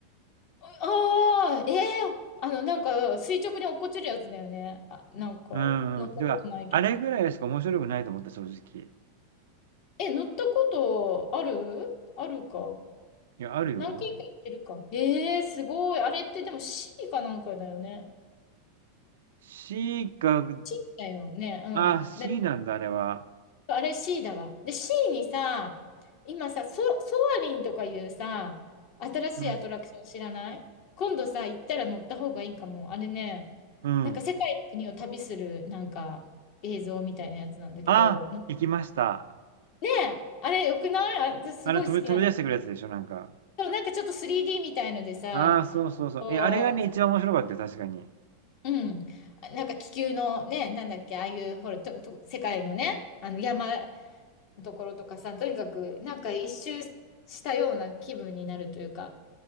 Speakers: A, on the left (about 55°); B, on the right (about 80°).
A: ああ、ええあの、なんか、垂直に落っこちるやつだよね。あ、なんか、
B: ー。うんうん。
A: 乗ったことないけど。
B: てか、あれぐらいしか面白くないと思った、正直。
A: え、乗ったことあるあるか。
B: いや、あるよ。
A: 何回か行ってるか。ええすごい。あれってでも C かなんかだよね。
B: C か、
A: C だよね。うん。
B: あ、C
A: だ
B: なんだ、あれは。
A: あれ C だわ。で、C にさ、今さ、ソ、ソアリンとかいうさ、新しいアトラクション知らない今度さ、
B: うん。
A: 行ったら乗った方がいいかも。あれね、
B: うん。
A: なんか世界の国を旅する、なんか映像みたいなやつなんだけど、
B: あ、行きました。
A: ねえ、あれよくないあ、私すごい好きなの。
B: あの、飛び、飛び出してくるやつでしょ、なんか。
A: でもなんかちょっと 3D みたいのでさ、
B: ああ、そうそうそう。
A: こ
B: え、あれがね、一番面白かったよ、確かに。
A: う、うん、なんか気球のね、なんだっけ、ああいう、ほら、と、と、世界のね、あの山、ところとかさ、とにかくなんか一周したような気分になるというか。